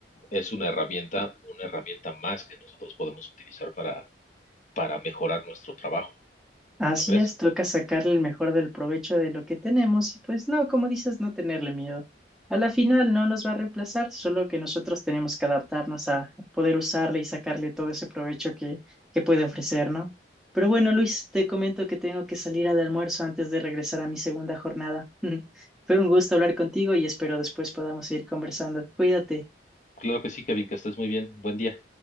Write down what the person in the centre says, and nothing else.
Así
es, toca sacarle el mejor del provecho de lo que tenemos y pues no, como dices, no tenerle miedo. A la final no nos va a reemplazar, solo que nosotros tenemos que adaptarnos a poder usarle y sacarle todo ese provecho que, que puede ofrecer, ¿no? Pero bueno, Luis, te comento que tengo que salir al almuerzo antes de regresar a mi segunda jornada. <laughs> Fue un gusto hablar contigo y espero después podamos seguir conversando. Cuídate.